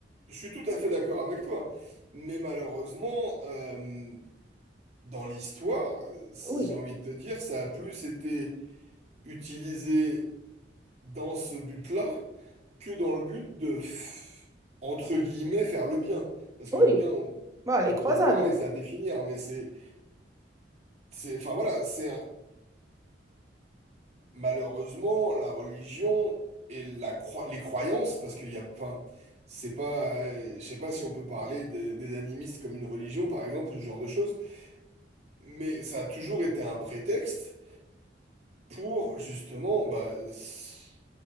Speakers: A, on the right; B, on the right.
A: je suis tout à fait d'accord avec toi. Mais malheureusement, euh, dans l'histoire, euh,
B: Oui,
A: j'ai envie de te dire, ça a plus été utilisé dans ce but-là que dans le but de, f- entre guillemets, faire le bien. Parce que
B: oui.
A: le bien, on,
B: Voilà,
A: on
B: les croisades.
A: peut en parler, c'est à définir, mais c'est, c'est, enfin voilà, c'est, malheureusement, la religion et la croi- les croyances, parce qu'il y a, enfin, c'est pas, euh, je sais pas si on peut parler de- des animistes comme une religion, par exemple, ou ce genre de choses, mais ça a toujours été un prétexte pour justement, bah, s-